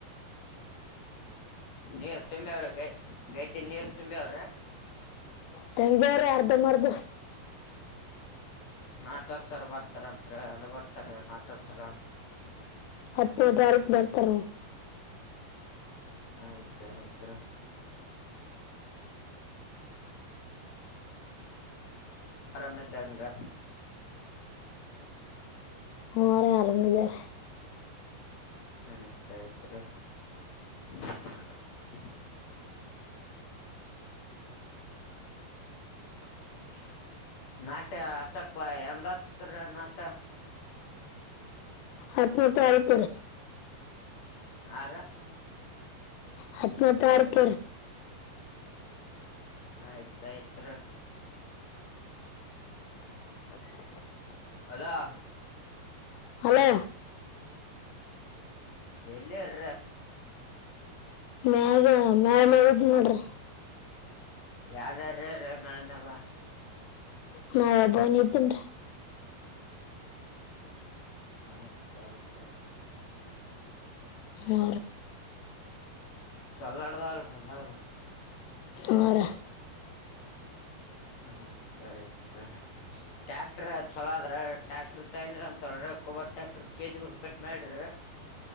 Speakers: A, on the left; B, on the left.
A: ನೀರ್ ತುಂಬಿ ಅವ್ರೀ ಗೈ ಗದ್ದಿನ ನೀರು ತುಂಬಿಾವ್ರೀ
B: ತಮ ಬೇರೆ ಅರ್ಧ ಮರ್ಧ
A: ನಾಟೋತ್ಸರ ಬರ್ತಾರತ್ರಿ ಅದು ಬರ್ತಾರ ನಾಟೋತ್ಸರ
B: ಅನ ತಾರಖ ಬರ್ತರ
A: ಆಯ್ತ ಆಯ್ತ್ ರಮದ ದಂಗಾ
B: ಹ್ಮ ಅರ ಆರಾಮಿದಾರೆ
A: ಆಯ್ತ್ ಆಯ್ತುರಿ ಛೆ ಛೆ ಛೆ ಛೆ ನಾಟ್ಯ ಅಚಕ್ಪ ಎಂದ ಚಿತ್ರ ನಾಟ್ಯ
B: ಅ ತ ಆಪ
A: ಆ
B: ಹನೆ ಪ್ಯಾರ ಕ
A: ಆಯ್ತ ಆಯ್ತ್
B: ಛೆ ಛೆ ಛೆ
A: ಅದಾ
B: ಹಲೋ
A: ಎಲ್ಲಿರ
B: ಮ್ಯಾಗ ಮ್ಯಾಲ ಮ್ಯಾಗ ನೋಡ್ರಿ
A: ಯಾವ್ದಾರ ನಾಳ್ಮ್ಯಾಗ
B: ಹಾಬನ ಇದಿದ್ದನ್
A: ಆಯ್ತ ಆಯ್ತ್
B: ಹ
A: ಚಲ್ಲ ಆಡದಲ್ಲ ರದಾಗದ
B: ಹರ
A: ಹ ಆಯ್ತಯ್ತ್ಟ್ಯಾಕ್ ಟ್ಯಾಕ್ಟ್ರ ಚಲಾದ್ರ ಟ್ಯಾಕ್ಟ್ರರ್ ತಂದ್ರ ಅಂತ್ರಿ ಕೊಬ್ಬ ಟ್ಯಾಕ್ಟ್ರ ಕೆಜಿ ಪೆಟ್ ಮಾಡ್ರಿ